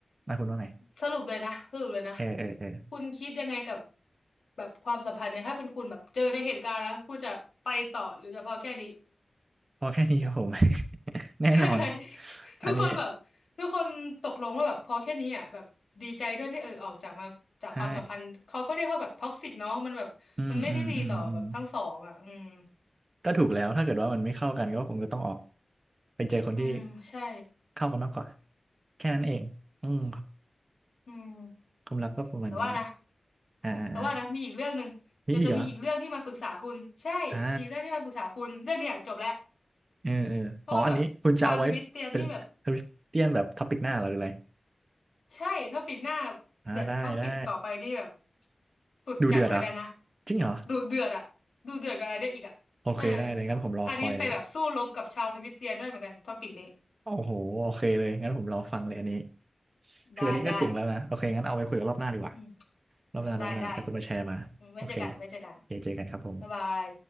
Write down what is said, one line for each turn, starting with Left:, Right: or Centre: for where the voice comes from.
Right: นะคุณว่าไง
Left: สรุปเลยนะสรุปเลยนะ
Right: เออเออเออ
Left: คุณคิดยังไงกับแบบความสัมพันธ์เนี่ยถ้าเป็นคุณแบบเจอในเหตุการณ์นะคุณจะไปต่อหรือจะพอแค่นี้
Right: พอแค่นี้ครับผม <laughs> แน่นอน
Left: ใช่ <laughs> ทุกคนแบบทุกคนตกลงว่าแบบพอแค่นี้อ่ะแบบดีใจด้วยที่เออออกจากมาจากความสัมพันธ์เขาก็เรียกว่าแบบท็อกซิกเนาะมันแบบมันไม่ได้ดีต่อแบบทั้งสองอ่ะอืม
Right: อันนี้ใช่อืมอืมอืมอืม ก็ถูกแล้วถ้าเกิดว่ามันไม่เข้ากันก็คงจะต้องออกไปเจอคนที่
Left: อืมใช่
Right: เข้ากันมากกว่าแค่นั้นเองอืม
Left: อืม
Right: ความรักก็ประมาณนี้แหละ
Left: แต่ว่านะ
Right: อ่าอ่า
Left: แต่ว่านะมีอีกเรื่องหนึ่งเดี๋ยวจะมีอีกเรื่องที่มาปรึกษาคุณใช่อีกเรื่องที่มาปรึกษาคุณเรื่องเนี้ยจบแล้ว
Right: มีอีกเหรออ่าเออเอออ๋ออันนี้คุณจะเอาไว้เป็นคริสเตียนแบบท็อปิกหน้าเหรอหรืออะไร
Left: เพราะว่าแบบชาวทวิตเตียนนี่แบบ ใช่ท็อปิกหน้า
Right: อ่าได้ได้
Left: เดี๋ยวท็อปิกต่อไปนี่แบบสุดจัดเหมือนกันนะ
Right: ดูเดือดเหรอจริงเหรอ
Left: ดูเดือดอะดูเดือดกันอะไรเนี่ยอีกอะเออ
Right: โอเคได้เลยงั้นผมรอคอย
Left: อันนี้ไปแบบสู้รบกับชาวทวิตเตียนด้วยเหมือนกันท็อปิกนี้
Right: โอ้โหโอเคเลยงั้นผมรอฟังเลยอันนี้คืออันนี้ก็เจ๋งแล้วนะโอเคงั้นเอาไปคุยกันรอบหน้าดีกว่า
Left: ได้ได้อืม
Right: รอบหน้ารอบหน้าเดี๋ยวคุณมาแชร์มาโอเค
Left: ได้ได้อืมไว้เจอกันไว้เจอกัน
Right: โอเคเจอกันครับผม
Left: บ๊ายบาย